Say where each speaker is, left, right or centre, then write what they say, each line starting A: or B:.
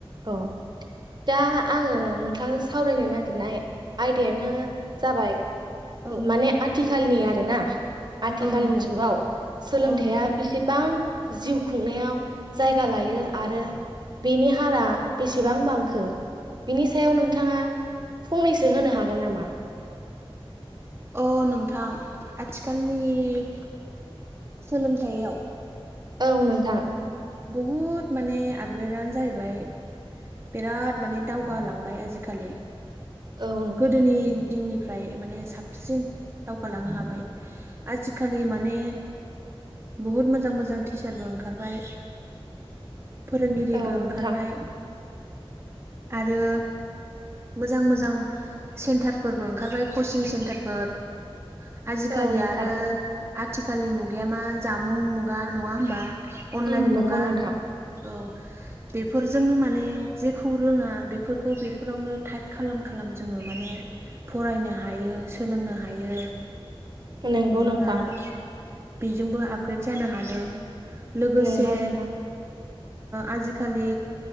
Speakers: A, on the right (about 45°); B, on the right (about 25°).
A: औ दा आङो नोंथांजों सावरायनो नागिरनाय आयदायानो जाबाय
B: औ
A: माने आथिखालनि आरोना आथिखालनि
B: औ नोंथां
A: जुगाव सोलोंथाइा
B: औ नोंथां
A: बेसे गोबां जिउ खुंनायाव जायगा लायो आरो बेनि हारा बेसेबां बांखो बिनि सायाव नोंथाङा फंनैसो होनो हागोन नामा
B: अ नोंथां आथिखालनि सोलोंथायाइयाव
A: औ नोंथां
B: बहुद माने आपग्रेडानो जाहैबाय बिराद माने दावगालांबाय आजिखालि
A: औ
B: गोदोनि दिननिफ्राय माने साबसिन दावगालांनो हाबाय। आजिखालि माने बहुद मोजां मोजां टिचारबो ओंखारबाय। फोरोंगिरिबो
A: औ
B: ओंखारबाय
A: नोंथां
B: आरो मोजां मोजां सेन्टारफोरबो ओंखारबाय कचिं सेन्टारफोर आजिखालि
A: औ नोंथां
B: आरो आथिखालनि मुगाया मा जामुं मुगा नङा होमबा अनलाइन
A: उम नंगौ
B: मुगा
A: नोंथां
B: औ बेफोरजोंनो माने जेखौ रोङा बेफोरखौ बेफोरावनो टाइप खालाम खालाम जोङो माने फरायनो हायो सोलोंनो हायो
A: नंगौ
B: जेखौ रोङा
A: नोंथां
B: बेजोंबो आपग्रेड जानो हादों लोगोसे
A: नंगौ नोंथां
B: आजिखालि